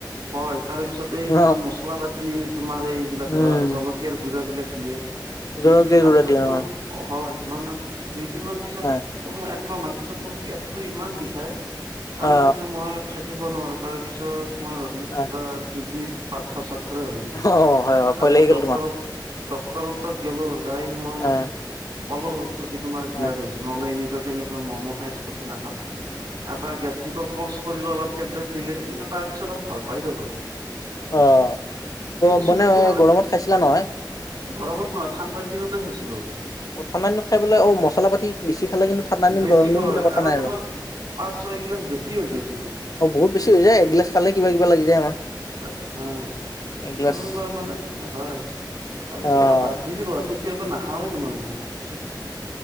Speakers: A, on the right; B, on the left.
A: হয়। তাৰ পিছত এইবিলাক
B: অ
A: মচলা পাতি তোমাৰ এইবিলাক
B: উম
A: জ জলকীয়াৰ গোড়া বিলাক দিয়ে। দি
B: জৰকে
A: দি লাষ্টতো
B: গুৰা দিয়ে অ
A: হয় মানে দুইদিন মান পিছত
B: হয়
A: তো এক মাহ মান পিছত মোৰ পেটতটো ইমান বিষাই। তাৰমানেটো
B: অ
A: মই থাকিব নোৱাৰো তাৰ পিছত। মই ভাবিলো
B: হয়।
A: কিবা কিডনীৰ পাৰ্থৰ -চাৰ্থৰে হলে নেকি
B: অ', হয়, হয়,
A: তাৰপিছত
B: ভয় লাগি গ'ল
A: ডক্টৰক
B: তোমাৰ
A: ডটৰ উ্তৰত গলো যাই মই
B: হয়,
A: কলো কছি তোমাৰ গ্ঞাজ
B: হয়,
A: হৈছে। মই বোলো এনেকুৱা তেনেকুৱা মম খাইচো ফুচকা খাইছোঁ এটা গেষ্টিক। কৰিলো অলপ টেবলেট দিলে কিন্তু তাৰ পিছত অ ভাল পাই গ'লো।
B: অ
A: কিন্তু
B: অ',
A: চুপটো
B: মানে
A: খালে
B: গৰমত খাইছিলা নহয়?
A: গৰমত নহয় ঠাণ্ডাৰ দিনতে আহাইছিলো।
B: অ ঠাণ্ডা দিনত খাই পলৈ অ মছলা পাতি বেছি খালে কিন্তু ঠাণ্ডা দিন
A: বেছি
B: গৰম দিন
A: হয়
B: বুলি কথা নাই
A: তোমাৰ
B: আৰু।
A: পাঁচ ছয় গিলাচ বেছি হৈ যায় এইটো তোমাৰ
B: অ বহুত বেছি হৈ যায় এগিলাছ খালে কিবা কিবা লাগি যায় আমাৰ।
A: ভাত হা আৰু
B: একগিলাচ
A: তোমাৰ মানে হয় তাৰপিছত
B: অ',
A: মই বাদ দি দিলো তে তেতিয়াৰ পৰা নাখাওৱে তোমাৰ মম চুপটো।